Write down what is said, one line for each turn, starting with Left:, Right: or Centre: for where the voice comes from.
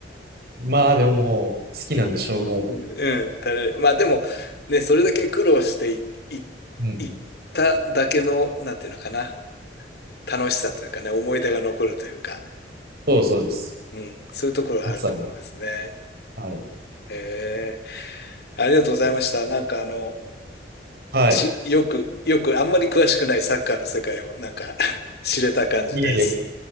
Right: まあでももう好きなんでしょうがないもん。
Left: うん、たれ、まあでも、ね、それだけ苦労してい、い、
Right: うんうん。
Left: いっただけの、なんていうのかな、楽しさというかね、思い出が残るというか、
Right: そうそうです。
Left: うん、そういうところはあると思いますね。
Right: まさに。はい。
Left: えー、ありがとうございました。なんかあの、
Right: はい。
Left: し、よく、よく、あんまり詳しくないサッカーの世界を、なんか <laughs> 知れた感じです。
Right: いえいえ、